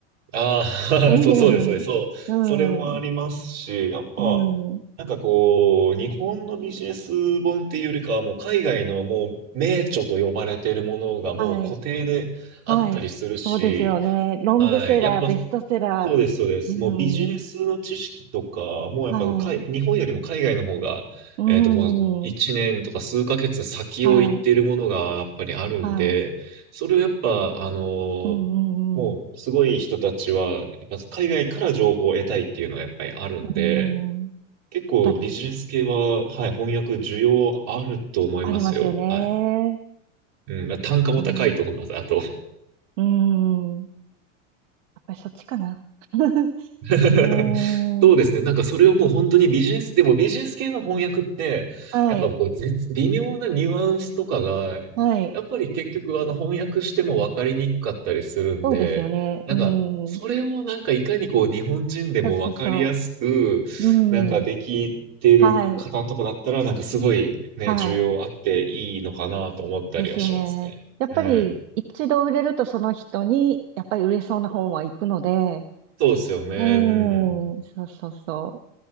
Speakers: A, on the right; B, on the right.
A: あ
B: <laughs>
A: あ、<laughs> そう、そうです、そうです、そう。
B: う
A: それもありますし、
B: ん。うん。
A: やっぱ、
B: うん。
A: なんかこう、日本のビジネス本っていうよりかは、もう海外のもう名著と呼ばれているものがもう固定であったりするし、
B: はい。はい。そうですよね。ロングセラー、
A: はい。やっぱ
B: ベストセラ
A: そうです、そうです。
B: ー。うん。
A: もうビジネスの知識とか、もうやっぱ海日本よりも海外の方が、
B: はい。う
A: えっともう1年とか数ヶ月先を行っているものがやっぱりあるんで、
B: ん。はい。はい。
A: それをやっぱ、あのー
B: うんう
A: もうすごい人たちは、
B: んうん。
A: やっぱ海外から情報を得たいっていうのはやっぱりあるんで、
B: うん。や
A: 結構ビジネス系は、
B: っぱり、
A: はい、翻訳需要あると思いますよ。
B: ありますよね。
A: はい。うん、まあ単価も高いと思います。
B: そうですね。
A: あと、
B: うん。やっぱりそっちかな。<laughs>
A: <laughs>
B: う
A: そうですね。
B: ん。
A: なんかそれをもう本当にビジネス、でもビジネス系の翻訳って、
B: はい。
A: やっぱこう絶、微妙なニュアンスとかが、
B: はい。
A: やっぱり結局あの翻訳しても分かりにくかったりするんで、
B: そうですよね。
A: なんかそれをなんかいかにこう日本人でも分かりやすく、
B: うん。そうそうそう。うん。
A: なんかできてる方とかだったら、
B: はい。
A: なんかすごいね、
B: はい。
A: 需要あっていいのかなと思ったりはしますね。
B: ですよね。やっぱり、
A: うん。
B: 一度売れるとその人に、やっぱり売れそうな本は行くので、
A: そうですよね。
B: うーん。
A: うんうん。
B: そうそうそう。